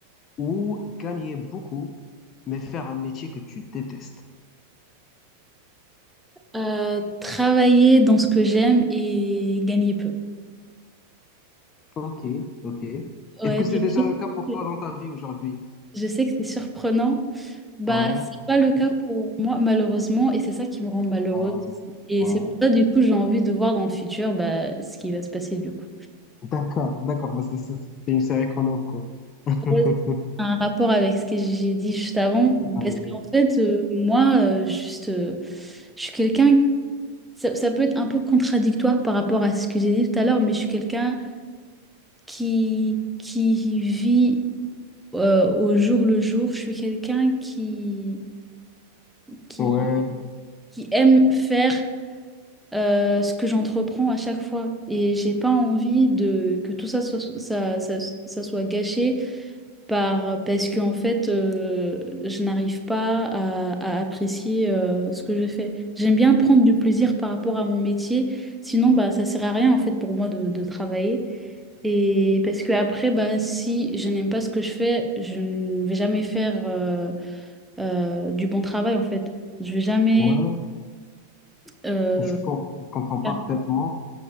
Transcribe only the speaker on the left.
ou gagner beaucoup, mais faire un métier que tu détestes?
Ok, ok.
Est-ce que c'est
déjà le cas pour toi
dans ta vie aujourd'hui?
Ouais.
Malheureusement.
Ouais.
D'accord, d'accord, parce que c'est c'est une série qu'on a, quoi. <laughs>
Ouais,
ouais,
ouais,
je, com- je comprends parfaitement.